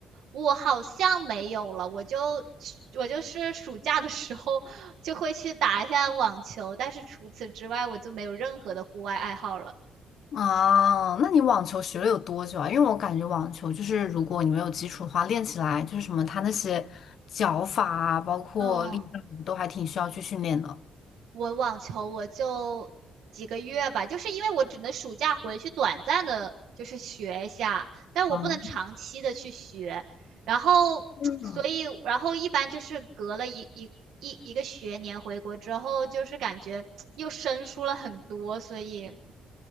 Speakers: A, on the right; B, on the left.
A: 我好像没有了，我就我就是暑假的时候就会去打一下网球，但是除此之外我就没有任何的户外爱好了。
B: 啊，那你网球学了有多久啊？因为我感觉网球就是如果你没有基础的话，练起来就是什么，它那些脚法啊，包括力量都还挺需要去训练的。
A: 嗯。我网球我就几个月吧，就是因为我只能暑假回去短暂的，就是学一下，但我不能长期的去学。
B: 啊，
A: 然后，
B: 嗯。
A: 所以，然后一般就是隔了一一一一个学年回国之后，就是感觉 <tsk> 又生疏了很多，所以